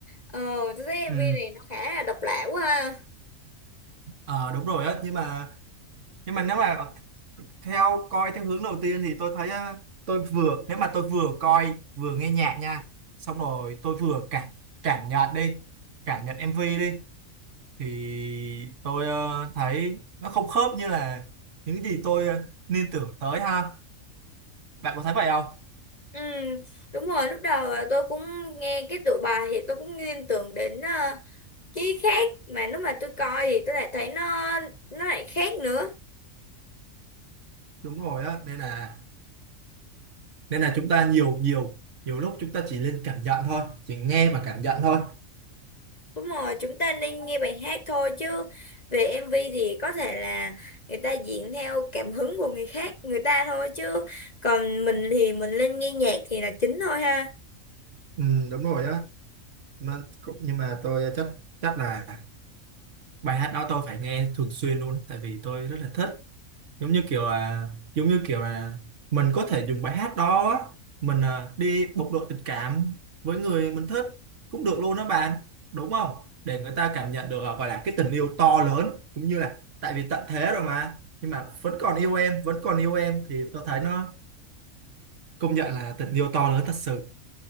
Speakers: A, on the left (about 30°); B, on the right (about 60°).
A: ờ tôi thấy em
B: ừ
A: MV này nó khá là độc lạ quá ha.
B: ờ, đúng rồi á nhưng mà nhưng mà nếu mà theo coi theo hướng đầu tiên thì tôi thấy á, tôi vừa nếu mà tôi vừa coi vừa nghe nhạc nha xong rồi tôi vừa cảm cảm nhận đi cảm nhận MV đi thì tôi ờ, thấy nó không khớp như là những gì tôi ờ, liên tưởng tới ha bạn có thấy vậy không
A: ừ đúng rồi lúc đầu là tôi cũng nghe cái tựa bài thì tôi cũng liên tưởng đến ờ, cái khác mà lúc mà tôi coi thì tôi lại thấy nó nó lại khác nữa
B: Đúng rồi á, nên là nên là chúng ta nhiều nhiều nhiều lúc chúng ta chỉ nên cảm nhận thôi, chỉ nghe và cảm nhận thôi.
A: Đúng rồi, chúng ta nên nghe bài hát thôi chứ về MV thì có thể là người ta diễn theo cảm hứng của người khác, người ta thôi chứ còn mình thì mình lên nghe nhạc thì là chính thôi ha.
B: Ừ, đúng rồi á, mà cũng- nhưng mà tôi chắc chắc là bài hát đó tôi phải nghe thường xuyên luôn, á, tại vì tôi rất là thích. giống như kiểu là giống như kiểu là mình có thể dùng bài hát đó á, mình à, đi bộc lộ tình cảm với người mình thích cũng được luôn đó bạn đúng không để người ta cảm nhận được à, gọi là cái tình yêu to lớn cũng như là tại vì tận thế rồi mà nhưng mà vẫn còn yêu em vẫn còn yêu em thì tôi thấy nó công nhận là tình yêu to lớn thật sự